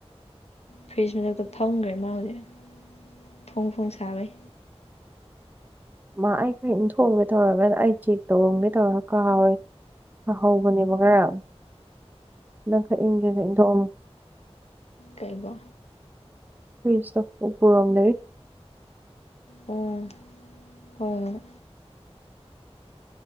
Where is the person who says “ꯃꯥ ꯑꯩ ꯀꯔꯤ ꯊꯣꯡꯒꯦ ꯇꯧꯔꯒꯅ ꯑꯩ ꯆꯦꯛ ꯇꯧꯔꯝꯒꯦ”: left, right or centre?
Right